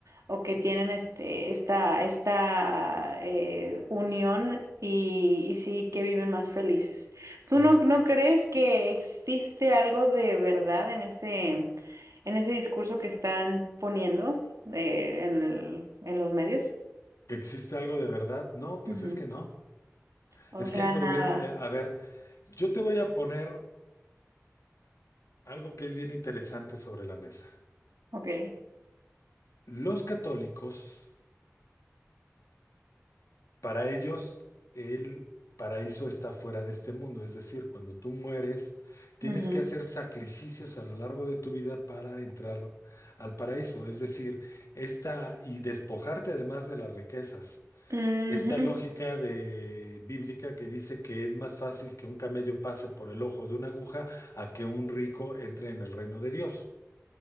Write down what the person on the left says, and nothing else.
sí.
¿Que existe algo de verdad? No, pues
es que no.
Es
que el problema,
eh, a ver, yo te voy a poner algo que es bien interesante sobre la mesa.
Los católicos Para ellos, el paraíso está fuera de este mundo, es decir, cuando tú mueres, tienes
que hacer sacrificios a lo largo de tu vida para entrar al paraíso, es decir, esta y despojarte además de las riquezas.
Esta lógica de bíblica que dice que es más fácil que un camello pase por el ojo de una aguja a que un rico entre en el reino de Dios.